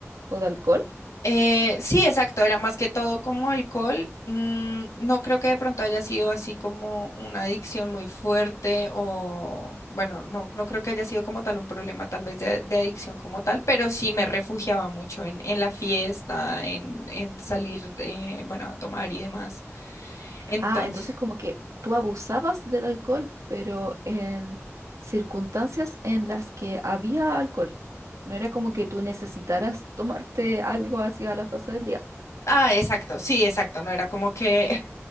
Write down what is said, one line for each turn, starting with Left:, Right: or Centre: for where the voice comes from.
Right: o de alcohol.
Left: Eh, sí, exacto, era más que todo como alcohol. Mm, no creo que de pronto haya sido así como una adicción muy fuerte o, bueno, no, no creo que haya sido como tal un problema tal vez de, de adicción como tal, pero sí me refugiaba mucho en, en la fiesta, en, en salir, eh, bueno, a tomar y demás. Entonces,
Right: Ah, entonces como que tú abusabas del alcohol, pero en circunstancias en las que había alcohol. No era como que tú necesitaras tomarte algo hacia las 12 del día.
Left: ah, exacto, sí, exacto, no era como que